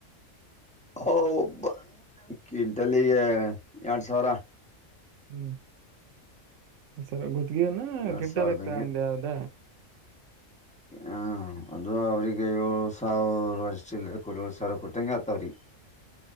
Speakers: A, in the centre; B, on the right (about 65°).
A: ಹ ಒಬ ಕ್ವಿಂಟಲ್ಲಿಗೆ ಎರಡ್ ಸಾವಿರ
B: ಹ್ಮ್ ಸರ ಗೊತ್ತ
A: ಎರಡ್
B: ಕೆಟ್ಟರಕ್ತ
A: ಸಾವಿರದಂಗೆ
B: ಅಂಡ ಯಾದ
A: ಹ ಅದು ಅವ್ರಿಗೆ ಏಳ್ ಸಾವಿರ ಅರ್ಷ್ಟ ಇಲ್ ಕೋಡ ಏಳ್ ಸಾವಿರ ಕೊಟ್ಟಂಗಗೆ ಆತ್ತವ್ರಿ